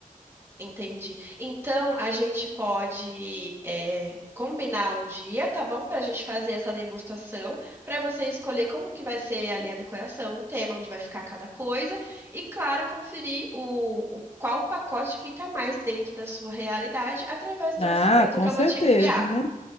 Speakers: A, on the right (about 20°); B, on the left (about 45°).
A: Entendi. Então, a gente pode é, combinar um dia, tá bom? Pra gente fazer essa degustação, pra você escolher como que vai ser ali a decoração o tema, onde vai ficar cada coisa. E, claro, conferir o, o- qual pacote que tá mais dentro da sua realidade através do
B: Ah,
A: orçamento
B: com
A: que eu
B: certeza,
A: vou te enviar.
B: né?